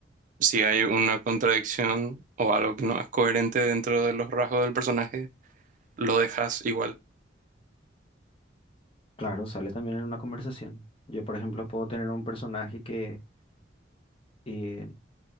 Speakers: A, on the right; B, on the left.
A: si hay una contradicción o algo que no es coherente dentro de los rasgos del personaje, lo dejas igual.
B: Claro, sale también en una conversación. Yo, por ejemplo, puedo tener un personaje que eh,